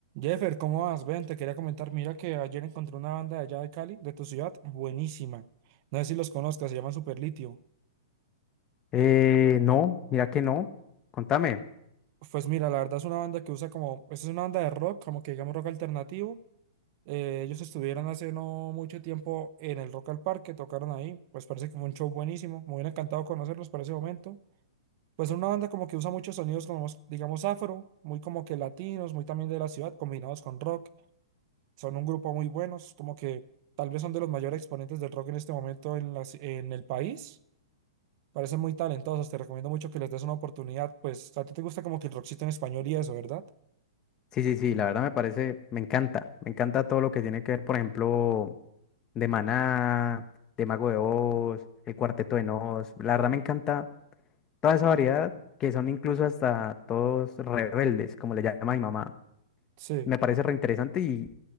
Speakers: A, on the right (about 40°); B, on the left (about 25°).
A: Jeffer, ¿cómo vas? Ven, te quería comentar, mira que ayer encontré una banda de allá de Cali, de tu ciudad, buenísima. No sé si los conozcas, se llaman Superlitio.
B: Eh, no, mira que no. Contame.
A: Pues mira, la verdad es una banda que usa como, es una banda de rock, como que digamos rock alternativo. Eh, ellos estuvieron hace no mucho tiempo en el Rock al Parque, tocaron ahí, pues parece que fue un show buenísimo, me hubiera encantado conocerlos para ese momento. Pues es una banda como que usa muchos sonidos como, digamos, afro, muy como que latinos, muy también de la ciudad, combinados con rock. Son un grupo muy buenos, como que tal vez son de los mayores exponentes del rock en este momento en, las- en el país. Parecen muy talentosos, te recomiendo mucho que les des una oportunidad. Pues a ti te gusta como que el rockcito en español y eso, ¿verdad?
B: Sí, sí, sí, la verdad me parece, me encanta. Me encanta todo lo que tiene que ver, por ejemplo, de Maná, de Mago de Oz, el Cuarteto de Nos. La verdad me encanta toda esa variedad que son incluso hasta todos rebeldes, como le llama mi mamá.
A: Sí.
B: Me parece reinteresante y,